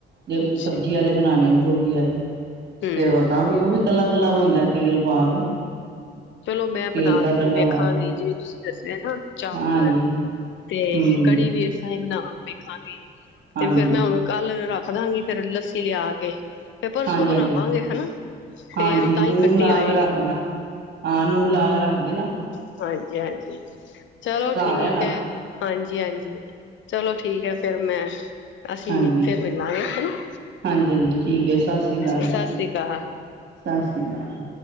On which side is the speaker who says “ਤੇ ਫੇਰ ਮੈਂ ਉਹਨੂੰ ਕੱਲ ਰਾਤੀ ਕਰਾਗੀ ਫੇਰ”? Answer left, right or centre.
Left